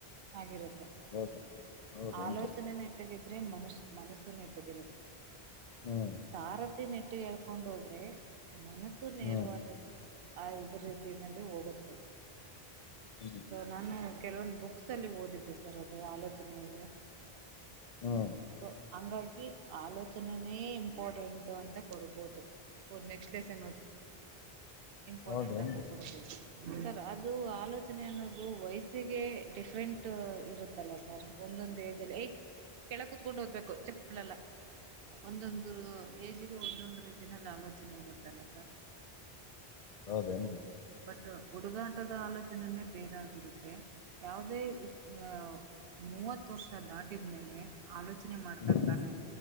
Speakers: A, on the right (about 65°); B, on the left (about 55°).
A: ಆಗಿರುತ್ತೆ.
B: ಹೌದ ಹೌದೇನ್ರಿ
A: ಆಲೋಚನೆ ನೆಟ್ಟಗಿದ್ರೆ ಮನಷ ಮನಸ್ಸು ನೆಟ್ಟಗಿರುತ್ತೆ.
B: ಹ್ಮ್.
A: ಸಾರಥಿ ನೆಟ್ಟಗ್ ಎಳ್ಕೊಂಡ್ ಹೋದ್ರೆ ಮನಸ್ಸು ನೇರವಾದ
B: ಹ್ಮ್
A: ಆ ಇದ್ರ <inaudible> ಹೋಗುತ್ತೆ
B: ಹ್ಮ್
A: ಸೊ ನಾನು ಕೆಲವೊಂದು ಬುಕ್ ಕ್ಸ್ ಅಲ್ಲಿ ಓದಿದ್ದೆ ಸರ್ ಅದ ಆಲೋಚನೆದು
B: ಹ್ಮ್
A: ಸೊ ಹಂಗಾಗಿ ಆಲೋಚನೆನೇ ಇಂಪಾರ್ಟೆಂಟ್ ಅಂತ ಕೊಡಬಹುದು ಓದ್ ನೆಕ್ಸ್ಟ್ ಲೆಸನ್ ಓದು. ಇಂಪಾರ್ಟೆಂಟ್
B: ಹೌದೇನ್ರಿ
A: ಅಂತ ಕೊಡ್ಬೋದು. ಸರ್ ಅದು ಆಲೋಚನೆ ಅನ್ನೋದು ವಯಸ್ಸಿಗೆ ಡಿಫ್ರೆಂಟ್ ಇರುತ್ ತ್ತಲ್ಲ ಸರ್ ಒಂದೊಂದು ಏಜಲ್ಲಿ ಏ ಕೆಳ ಕುತ್ಕೊಂಡು ಓದ್ಬೇಕು ಚ ಲ್ಲಲ್ಲ ಒಂದೊಂದ್ ಇದು ಏಜ್ಗೆ ಒಂದೊಂದು ರೀತಿನಲ್ಲಿ ಆಲೋಚನೆ ಇರುತ್ತಲ್ಲ ಸರ್.
B: ಹೌದೇನ್ರಿ.
A: ಬಟ್ ಹುಡುಗಾಟದ ಆಲೋಚನೆನೇ ಬೇರಾಗಿರುತ್ತೆ ಯಾವುದೇ ಇದ್ ಆ ಮೂವತ್ ವರ್ಷ ದಾಟಿದ್ಮೇಲೆ ಆಲೋಚನೆ ಮಾಡ್ತಾ
B: ಹ್ಮ್
A: ಇರ್ತಾರೆ.